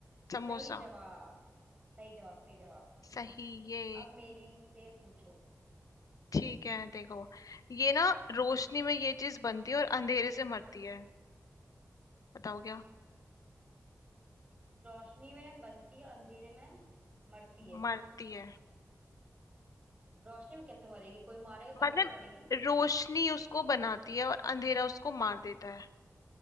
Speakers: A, on the left; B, on the right.
A: समोसा
B: सही जवाब सही जवाब सही जवाब
A: सही ये
B: अब मेरी से पूछो
A: ठीक है देखो ये ना रोशनी में ये चीज बनती है और अंधेरे से मरती है बताओ क्या
B: रोशनी में बनती है अंधेरे में मरती है
A: मरती है
B: रोशनी में कैसे मरेगी कोई मारेगा
A: मतलब
B: तभी तो मरेगी
A: रोशनी उसको बनाती है और अंधेरा उसको मार देता है